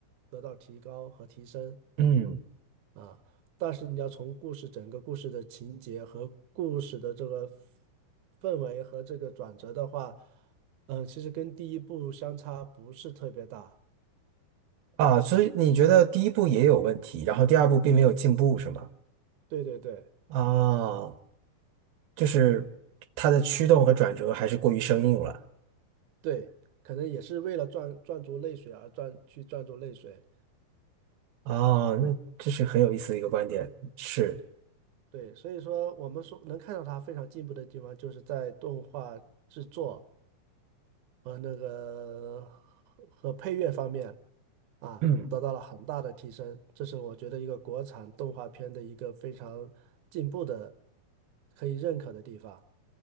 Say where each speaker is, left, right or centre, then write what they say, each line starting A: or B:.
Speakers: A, on the right; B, on the right.
A: 得到提高和提升。
B: 嗯。
A: 啊，但是你要从故事整个故事的情节和故事的这个氛围和这个转折的话，嗯，其实跟第一部相差不是特别大。
B: 啊，所以你觉得第一步也有问题，然后第二步并没有进步，是吗？
A: 对对对
B: 啊，就是它的驱动和转折还是过于生硬了。
A: 对，可能也是为了赚赚足泪水而赚去赚足泪水。
B: 啊，那这是很有意思的一个观点，是，
A: 对，所以说我们说能看到它非常进步的地方，就是在动画制作和那个和和配乐方面。啊，
B: 嗯
A: 得到了很大的提升。这是我觉得一个国产动画片的一个非常进步的，可以认可的地方。